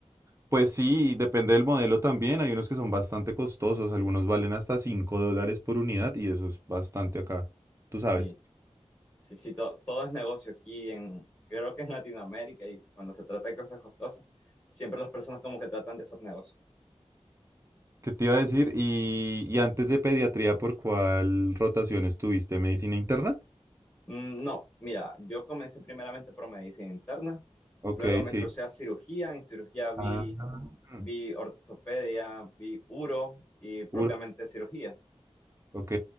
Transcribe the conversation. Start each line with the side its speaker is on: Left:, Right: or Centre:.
Right: pues sí, depende del modelo también. Hay unos que son bastante costosos, algunos valen hasta 5 dólares por unidad y eso es bastante acá, tú sabes.
Left: Sí, sí, sí, to- todo es negocio aquí en, creo que en Latinoamérica y cuando se trata de cosas costosas, siempre las personas como que tratan de hacer negocio.
Right: ¿Qué te iba a decir? Y, y antes de pediatría, ¿por cuál rotación estuviste? ¿Medicina interna?
Left: Mm, No, mira, yo comencé primeramente por medicina interna,
Right: Ok,
Left: luego me
Right: sí.
Left: crucé a cirugía, en cirugía vi,
Right: Ah, mm,
Left: vi ortopedia, vi uro y propiamente
Right: uro.
Left: cirugía,
Right: Ok.